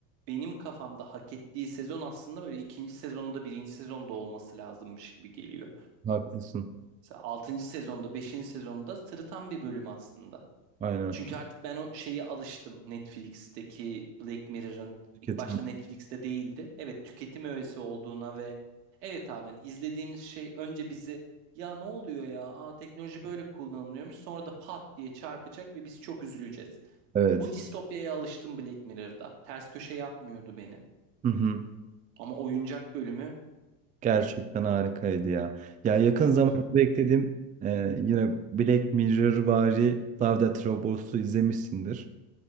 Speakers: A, on the right; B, on the right.
A: benim kafamda hak ettiği sezon aslında böyle ikinci sezonda birinci sezonda olması lazımmış gibi geliyor.
B: Haklısın.
A: Mesela altıncı sezonda beşinci sezonda sırıtan bir bölüm aslında.
B: Aynen.
A: Çünkü artık ben o şeye alıştım. Netflix'teki Black Mirror'ın
B: Şirketim.
A: ilk başta Netflix'te değildi. Evet tüketim öğesi olduğuna ve evet abi hani izlediğimiz şey önce bizi ya ne oluyor ya Aa, teknoloji böyle kullanılıyormuş sonra da pat diye çarpacak ve biz çok üzüleceğiz.
B: Evet.
A: Bu distopyaya alıştım Black Mirror'da. Ters köşe yapmıyordu beni.
B: Hı hı.
A: Ama oyuncak bölümü
B: Gerçekten harikaydı ya. Ya yakın
A: of.
B: zamanda beklediğim e, yine Black Mirror vari Love Death Robots'u izlemişsindir.